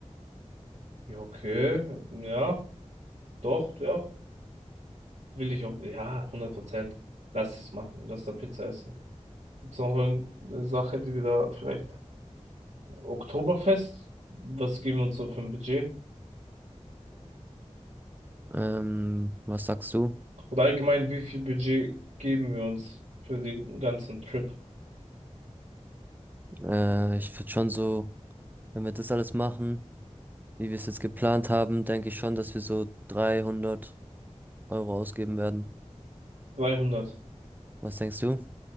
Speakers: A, on the right (about 75°); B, on the right (about 15°).
A: Ja, okay, ja, doch, ja, will ich auch, ja, hundert Prozent. Lass es machen, lass da Pizza essen. Gibt's noch irgendeine Sache, die wir da vielleicht, Oktoberfest, was geben wir uns so für ein Budget?
B: Ähm, was sagst du?
A: Oder allgemein, wie viel Budget geben wir uns für den ganzen Trip?
B: Äh, ich würde schon so, wenn wir das alles machen, wie wir es jetzt geplant haben, denke ich schon, dass wir so 300 Euro ausgeben werden.
A: 300.
B: Was denkst du?